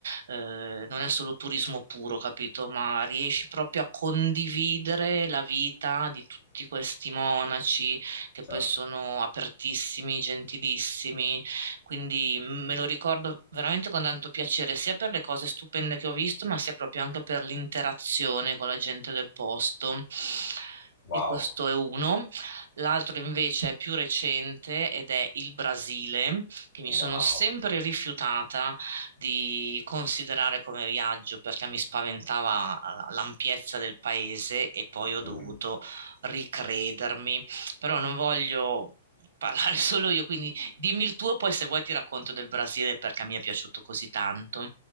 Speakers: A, on the right; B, on the left.
A: eh, non è solo turismo puro, capito? Ma riesci proprio a condividere la vita di tutti questi monaci che
B: certo.
A: poi sono apertissimi, gentilissimi. Quindi mm, me lo ricordo veramente con tanto piacere, sia per le cose stupende che ho visto, ma sia proprio anche per l'interazione con la gente del posto.
B: Wow,
A: E questo è uno. L'altro invece è più recente ed è il Brasile che mi
B: wow.
A: sono sempre rifiutata di considerare come viaggio perché mi spaventava la- l'ampiezza del paese e poi ho
B: Mm-hmm.
A: dovuto ricredermi. Però non voglio parlare <laughs> solo io, quindi dimmi il tuo, poi se vuoi ti racconto del Brasile perché mi è piaciuto così tanto.